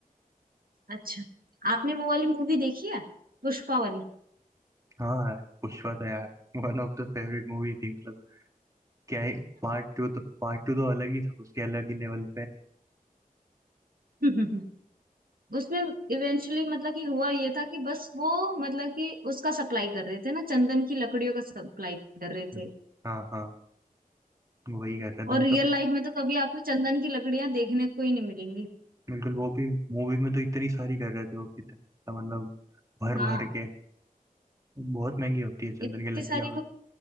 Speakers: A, on the right; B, on the right.
A: अच्छा आपने वो वाली मूवी देखी है पुष्पा वाली
B: हाँ पुष्पा तो यार one of the favourite movie थी मतलब। क्या है पार्ट टू तो पार्ट टू तो अलग ही था उसके अलग ही लेवल पे
A: <laughs> उसमें इवेंचुअली मतलब कि हुआ ये था कि बस वो मतलब कि उसका सप्लाई कर रहे थे ना चंदन की लकड़ियों का सप्लाई कर रहे
B: हम्म।
A: थे
B: हाँ हाँ वही कर रहे थे
A: और
B: मतलब
A: रियल लाइफ में तो कभी आपको चंदन की लकड़ियां देखने को ही नहीं मिलेंगी
B: बिल्कुल वो भी मूवी में तो इतनी सारी कर रहे थे वो कितना मतलब भर
A: हाँ
B: भर के बहुत महंगी होती है चंदन
A: इतनी
B: की लकड़ियाँ
A: सारी वो